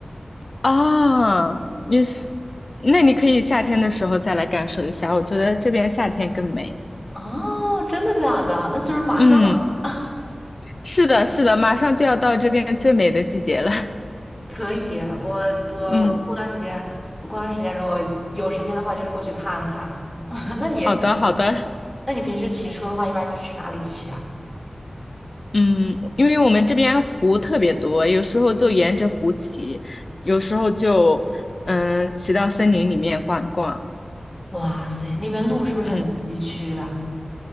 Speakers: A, on the left; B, in the centre.
A: 哦，你是，那你可以夏天的时候再来感受一下，我觉得这边夏天更美。
B: 哦，真的假的？那就是马上了
A: 嗯，
B: <laughs>
A: 是的，是的，马上就要到这边最美的季节了。<laughs>
B: 可以，我我我过段时间，
A: 嗯，
B: 我过段时间如果有时间的话，就是过去看看。<laughs> 那你，
A: 好的，好的。
B: 那你平时骑车的话，一般是去哪里骑啊？
A: 嗯，因为我们这边湖特别多，有时候就沿着湖骑，有时候就嗯骑到森林里面逛一逛。
B: 哇塞，那边路是不是很崎岖啊？
A: 嗯，